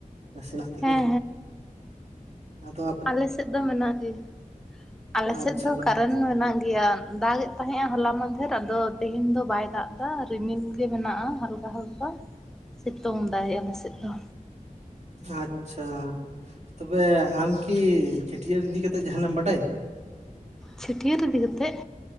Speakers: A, on the right (about 55°); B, in the centre.
A: ᱱᱟᱥᱮᱱᱟᱜ ᱛᱮᱜᱮ
B: ᱦᱮᱸ
A: ᱟᱫᱚ
B: ᱟᱞ ᱥᱮᱫ ᱫᱚ ᱢᱮᱱᱟᱜ ᱜᱮᱭᱟ ᱟᱞᱮᱥᱮᱫ
A: ᱟᱪᱪᱷᱟ
B: ᱫᱚ
A: ᱱᱟᱯᱟᱭ
B: ᱠᱟᱨᱮᱱ ᱢᱮᱱᱟᱜ ᱜᱮᱭᱟ ᱫᱟᱜ ᱛᱟᱦᱮᱸᱼᱟ ᱦᱚᱞᱟ ᱢᱟᱫᱷᱮᱨ ᱟᱫᱚ ᱛᱮᱦᱮᱧ ᱫᱚ ᱵᱟᱭ ᱫᱟᱜ ᱮᱫᱟ ᱨᱤᱢᱤᱞ ᱜᱮ ᱢᱮᱱᱟᱜᱼᱟ ᱦᱟᱞᱠᱟ ᱦᱟᱞᱠᱟ ᱥᱤᱛᱩᱝ ᱫᱟᱭ ᱟᱞᱮ ᱥᱮᱫ ᱫᱚ
A: ᱟᱪᱪᱷᱟ ᱛᱚᱵᱮ ᱟᱢ ᱠᱤ ᱪᱷᱟᱹᱴᱭᱟᱹᱨ ᱤᱫᱤ ᱠᱟᱛᱮᱫ ᱡᱟᱦᱟᱱᱟᱜ ᱮᱢ ᱵᱟᱰᱟᱭᱟ?
B: ᱪᱷᱟᱹᱴᱭᱟᱹᱨ ᱤᱫᱤ ᱠᱟᱛᱮᱫ